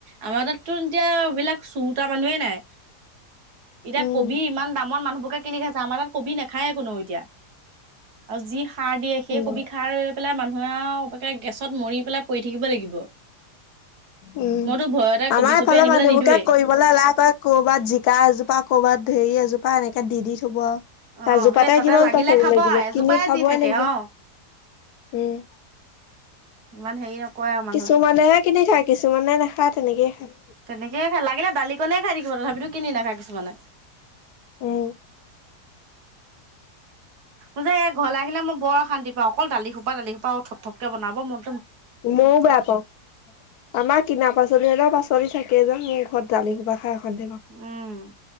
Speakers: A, on the right (about 70°); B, on the left (about 70°).
A: আমাৰ তাততো এতিয়া এইবিলাক চোৰতা মানুহেই নাই এতিয়া
B: উম,
A: কবি ইমান দামৰ মানুহবোৰ কিনি খাইছে আমাৰ তাত কবি নাখায় কোনো এতিয়া আৰু যি সাৰ দিয়ে সেই
B: উম।
A: কবি খাৰ লৈ পেলাই মানুহে আৰু গেছত মৰি পেলাই পৰি থাকিব লাগিব।
B: উম।
A: মইতো ভয়তে
B: আমাৰ
A: কবি চবি
B: ইফালে
A: আনিবলৈ
B: মানুহবোৰকে
A: নিদোৱেই
B: কৰিবলৈ এলাহ কয় কৰ'বাত জিকা এজোপা কৰ'বাত ধেৰি এজোপা এনেকে দি দি থব। কাজু
A: অ
B: পাতাই
A: সেই তাতে
B: কিমান
A: লাগিলে
B: পাচলি
A: খাব
B: লাগিব
A: আৰু এজোপাই
B: কিনি খাবই
A: যি থাকে
B: লাগিব।
A: অ
B: উম।
A: ইমান হেৰি নকৰে আৰু
B: কিছুমানেহে
A: মানুহে।
B: কিনি খায় কিছুমানে নেখায় তেনেকয়ে খায়
A: তেনেকেইে খাই লাগিলে দালিকনে খাই থাকিব তথাপিতো কিনি নেখায় কিছুমানে
B: উম।
A: উজ এক ঘৰলৈ আহিলে ম বৰ অশান্ত পাওঁ অকল দালি খোপা দালিখোপা আৰু থপথপকে বনাব মই
B: ময়ও বেয়া পাওঁ আমাৰ কিনা পাচলি পাছ চলি থাকিয়ে উম মোৰ ঘৰত দালি খোবা খায় শান্তি পাওঁ।
A: উম